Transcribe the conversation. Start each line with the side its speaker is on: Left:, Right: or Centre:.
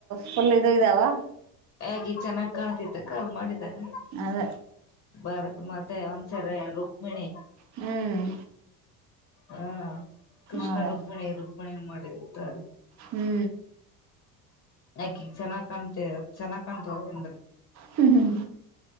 Right: ಫುಲ್ ಇದು ಇದ್ದಾವೆ
Left: ಹೇಗಿ ಚೆನ್ನಾಗ್ ಕಾಣತಿತ್ತಕ್ಕ ಅವ ಮಾಡಿದಾಗ
Right: ಅದ
Left: ಭಾರತ್ ಮಾತೆ ಒಂದ್ಸರೆ ರುಕ್ಮಿಣಿ
Right: ಹ್ಮ್
Left: ಹಾ ಕೃಷ್ಣ
Right: ಹೌದಾ
Left: ರುಕ್ಮಿಣಿ ರುಕ್ಮಿಣಿ ಮಾಡಿತ್ತ
Right: ಹ್ಞೂ
Left: ಆಕಿ ಚೆನ್ನಾಗ್ ಕಾಣ್ತೆ ಚೆನ್ನಾಗ ಕಾಣ್ತೇ ಅಂದ್ರೆ
Right: ಹ್ಮ್ ಹ್ಮ್